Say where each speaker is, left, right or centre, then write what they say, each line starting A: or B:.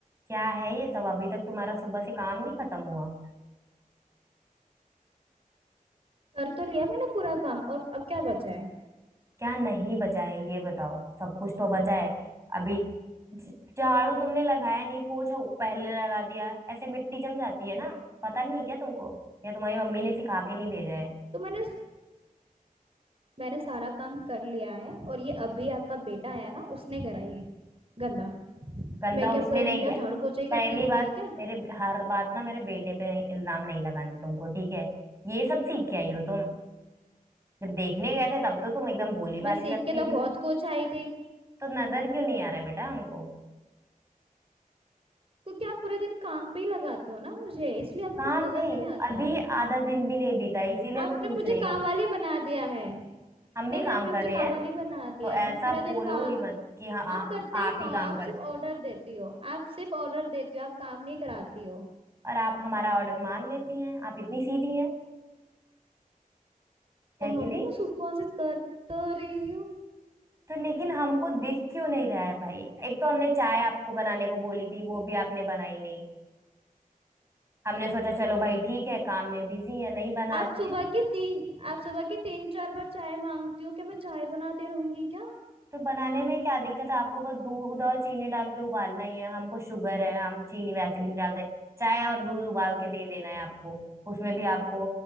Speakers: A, on the right; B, on the right.
A: क्या है ये सब अभी तक तुम्हारा सुबह से काम नहीं खत्म हुआ
B: कर तो लिया मैंने पूरा काम और अब क्या बचा है
A: क्या नहीं बचा है ये बताओ सब कुछ तो बचा है अभी ज- झाड़ू तुमने लगाया नहीं पोछा पहले लगा दिया ऐसे मिट्टी जम जाती है ना पता नहीं क्या तुमको या तुम्हारी मम्मी ने सिखा के नहीं भेजा है
B: तो मैंने मैंने सारा काम कर लिया है और ये अभी आपका बेटा आया ना उसने करा ये गंदा
A: गंदा
B: मैं
A: देखो
B: क्या
A: उसने
B: पूरे
A: नहीं
B: दिन क्या
A: तुम किया
B: झाड़ू पोछा ही करती
A: पहली
B: रहूंगी
A: बात
B: क्या
A: मेरे हर बात ना मेरे बेटे पे इल्जाम नहीं लगाना तुमको ठीक है ये सब सीख के आई हो तुम जब देखने गए थे तब तो तुम एकदम भोली
B: मैं
A: भाली
B: सीख
A: लगती
B: के तो
A: थी
B: बहुत कुछ आई थी
A: तो नजर क्यों नहीं आ रहा है बेटा हमको
B: क्योंकि आप पूरे दिन काम पे ही लगाते हो ना मुझे इसलिए आपको
A: काम
B: कुछ नजर
A: नहीं
B: नहीं आता
A: अभी
B: है
A: आधा दिन भी नहीं बीता है, इसीलिए
B: आपने
A: मैं पूछ
B: मुझे
A: रही
B: काम
A: हूँ
B: वाली बना दिया है नहीं
A: हम भी काम
B: नहीं आपने
A: कर
B: मुझे
A: रहे
B: काम
A: हैं
B: वाली बना
A: तो
B: दिया है
A: ऐसा
B: मैं पूरा
A: बोलो
B: दिन काम
A: ही मत कि हाँ
B: आप
A: आ-
B: करते ही
A: आप
B: कहो
A: ही काम
B: आप
A: करते
B: सिर्फ ऑर्डर देती हो आप सिर्फ ऑर्डर देती हो आप काम नहीं कराती हो
A: हो। और आप हमारा ऑर्डर मान लेती हैं आप इतनी सीधी हैं है
B: तो मम्मी
A: कि नहीं
B: मैं सुबह से कर तो रही हूँ
A: तो लेकिन हमको दिख क्यों नहीं रहा है भाई एक तो हमने चाय आपको बनाने को बोली थी वो भी आपने बनाई नहीं हमने सोचा चलो भाई ठीक है काम में बिजी है नहीं बना
B: आप
A: रही
B: सुबह
A: है
B: के तीन आप सुबह के तीन चार बार चाय मांगती हो क्या मैं चाय बनाती रहूंगी क्या
A: तो बनाने में क्या दिक्कत है आपको बस दूध और चीनी डाल के उबालना ही है हमको शुगर है हम चीनी वैसे भी नहीं डालते चाय और दूध उबाल के दे देना है आपको उसमें भी आपको